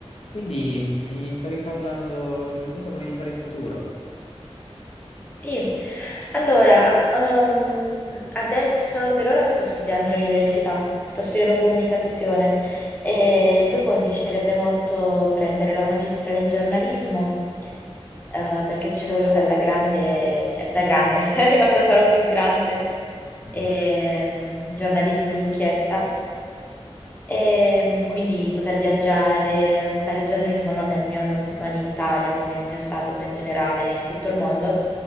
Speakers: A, on the left; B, on the left.
A: Quindi mi stavi parlando di cosa volevi fare in futuro?
B: Sì, allora, ehm, adesso per ora sto studiando all'università, sto studiando comunicazione e dopo mi piacerebbe molto prendere la magistrale in giornalismo, eh, perché c'è che voglio fare da grande, cioè da grande, <laughs> quando sarò più grande,
A: Mm,
B: ehm, giornalismo d'inchiesta, e quindi poter viaggiare, fare giornalismo non nel mio, non in Italia, quindi nel mio stato, ma in generale in tutto il mondo